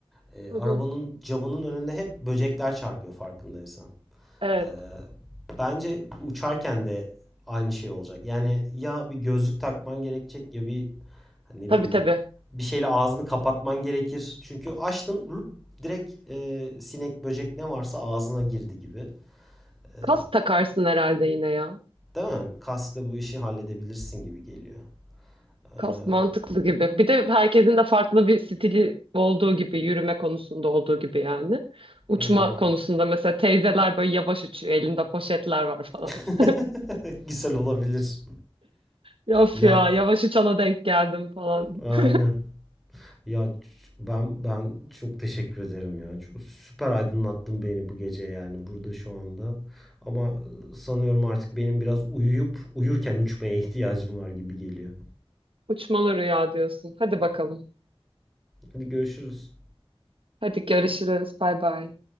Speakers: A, in the centre; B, on the right.
A: e, arabanın
B: Hı hı.
A: camının önünde hep böcekler çarpıyor farkındaysan.
B: Evet.
A: Ee, bence uçarken de aynı şey olacak. Yani ya bir gözlük takman gerekecek ya bir hani ne bileyim
B: Tabii tabii.
A: bir şeyle ağzını kapatman gerekir. Çünkü açtın direkt e, sinek böcek ne varsa ağzına girdi gibi. Ee,
B: Kask takarsın herhalde yine ya.
A: Değil mi? Kaskla bu işi halledebilirsin gibi geliyor. Ee,
B: Kast mantıklı gibi. Bir de herkesin de farklı bir stili olduğu gibi, yürüme konusunda olduğu gibi yani. Uçma
A: devam.
B: konusunda mesela teyzeler böyle yavaş uçuyor, elinde poşetler var falan.
A: <laughs>
B: <laughs>
A: Güzel olabilir.
B: Ya Of
A: Ya
B: ya, yavaş uçana denk geldim falan.
A: aynen.
B: <laughs>
A: Ya ben ben çok teşekkür ederim ya. Çok- Süper aydınlattın beni bu gece yani burada şu anda. Ama sanıyorum artık benim biraz uyuyup uyurken uçmaya <laughs> ihtiyacım var gibi geliyor.
B: Uçmalı rüya diyorsun. Hadi bakalım.
A: Hadi görüşürüz.
B: Hadi görüşürüz. Bay bay.